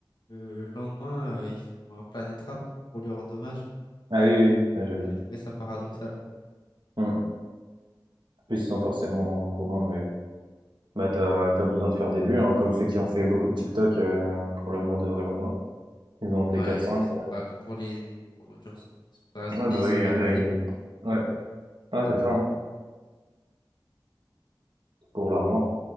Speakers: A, on the left; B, on the right.
A: Le lendemain, euh, ils font un Planet Rap pour lui rendre hommage.
B: Ah oui, oui, oui. Ouais, j'ai
A: Oui,
B: vu.
A: J'ai trouvé ça paradoxal.
B: Mm. En Plus ils sont forcément au courant, mais bah t'as t'as besoin de faire des vues, hein, comme ceux qui ont fait beaucoup de TikTok euh, pour la mort de Renoir. Ils en ont fait
A: Ouais,
B: quatre
A: il
B: cinq
A: y en a, ils sont prêts à tout pour les, pour l'audience. Ils sont prêts à se
B: Ouais,
A: déshumaniser.
B: bah oui, il y en a, ils- Ouais, ouais, c'est ça, hein, pour l'argent.